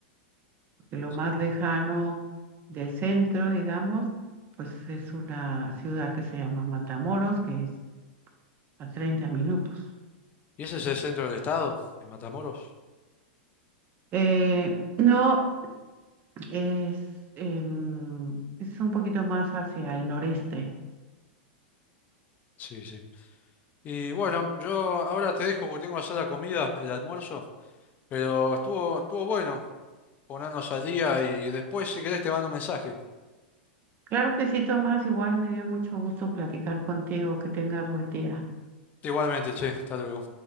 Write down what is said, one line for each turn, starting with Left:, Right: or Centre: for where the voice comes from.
Right: porque lo
Left: sí.
Right: más lejano del centro, digamos, pues es una ciudad que se llama Matamoros, que es a 30 minutos.
Left: ¿Y ese es el centro del estado, en Matamoros?
Right: Eh, no, es, em, es un poquito más hacia el noreste.
Left: Sí, sí. Y bueno, yo ahora te dejo porque tengo que hacer la comida, el almuerzo, pero estuvo, estuvo bueno ponernos al día y después si querés te mando un mensaje.
Right: Claro que sí, Tomás, igual me dio mucho gusto platicar contigo, que tengas buen día.
Left: Igualmente, che, hasta luego.